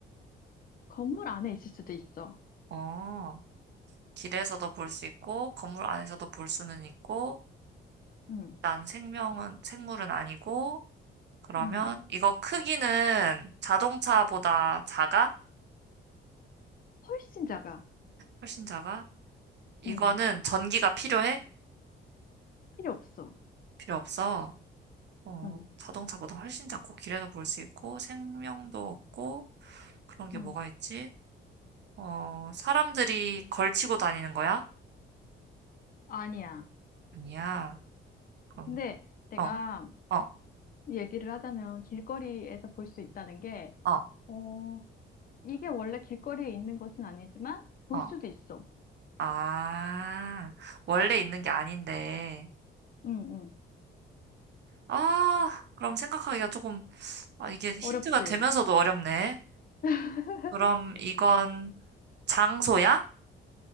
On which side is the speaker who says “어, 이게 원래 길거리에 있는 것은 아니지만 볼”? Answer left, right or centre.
Left